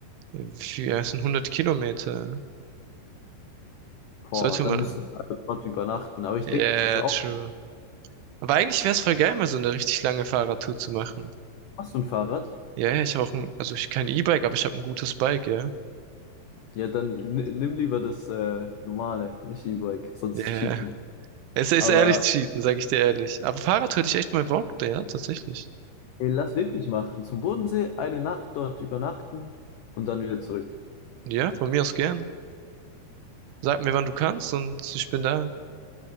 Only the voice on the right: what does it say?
Ja, Wie viel, ja, es sind 100 Kilometer.
Sollte
man.
Yeah,
true. Aber eigentlich wäre es voll geil, mal so eine richtig lange Fahrradtour zu machen.
Ja, yeah, ich habe auch ein, also ich kein E-Bike, aber ich habe ein gutes Bike, ja.
Yeah.
Es ist
ehrlich cheaten, sag ich dir ehrlich. Aber Fahrrad hätte ich echt mal Bock, ja, tatsächlich.
Ja, von mir aus gern. Sag mir, wann du kannst und ich bin da.